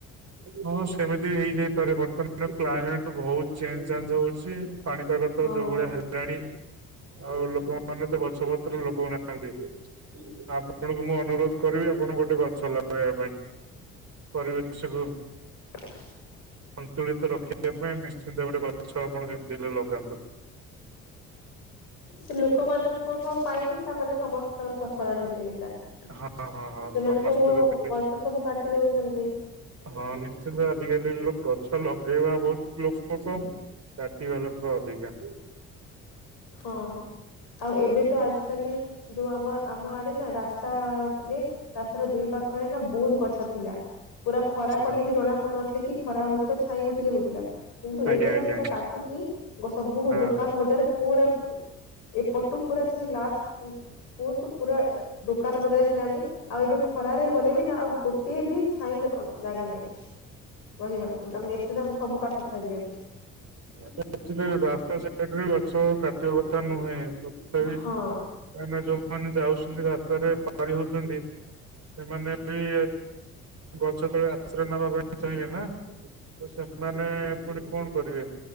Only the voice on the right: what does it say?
ହଁ ସେମିତି ବି ହେଇଯାଇପାରେ ବର୍ତ୍ତମାନ କ୍ଲାଇମେଟ ବହୁତ ଚେଞ୍ଜ ଚାଞ୍ଜ ହଉଚି। ପାଣିପାଗ ତ
ଯୋଉ ଭଳିଆ ହେଲାଣି ଆଉ ଲୋକ ମାନେ ତ ବଛବତ୍ର ଲଗୋଉ ନାହାନ୍ତି ଆ ଆପଣଙ୍କୁ ମୁଁ ଅନୁରୋଧ କରିବି ଆପଣ ଗୋଟେ ଗଛ ଲଗେଇବା ପାଇଁ। ପରିବେଶକୁ
ସନ୍ତୁଳିତ ରଖିବା ପାଇଁ ନିଶ୍ଚିନ୍ତ ଗୋଟେ ଗଛ ଆପଣ ଯେମିତି ହେଲେ ଲଗାନ୍ତୁ।
ହଁ ହଁ ହଁ ସମସ୍ତେ
ଯଦି
ହଁ ନିଶ୍ଚିନ୍ତ ଆଜିକାଲି ଲ ଗଛ ଲଗେଇବା ବହୁତ ଲୋକଙ୍କ କାଟିବା ଲୋକ ଅଧିକା।
ଆଚ୍ଛା
ଆଜ୍ଞା
ଆଜ୍ଞା
ହଁ।
ଆକଚୁଆଲି ରାସ୍ତା ସାଇଟରେ ଗଛ କାଟିବା କଥା ନୁହେଁ, ତଥାପି
କାଇଁକିନା ଯୋଉମାନେ ଯାଉଚନ୍ତି ରାସ୍ତାରେ ପାରି ହଉଚନ୍ତି ସେମାନେ ବି ଗଛ ତଳେ ଆଶ୍ରୟ ନେବା ପାଇଁ ଚାହିଁବେ ନା। ତ ସେମାନେ ପୁଣି କଣ କରିବେ,